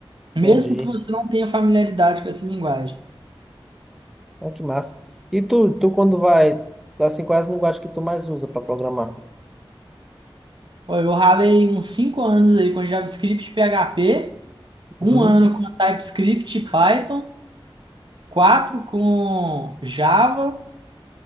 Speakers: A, on the right (about 60°); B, in the centre.
A: Mesmo
B: Entendi.
A: que você não tenha familiaridade com essa linguagem.
B: Ah, que massa. E tu, tu quando vai, tá assim, quais as linguagens que tu mais usa para programar?
A: Ó, Eu ralei uns 5 anos aí com JavaScript e PHP, um
B: Uhum.
A: ano com TypeScript e Python, quatro com Java,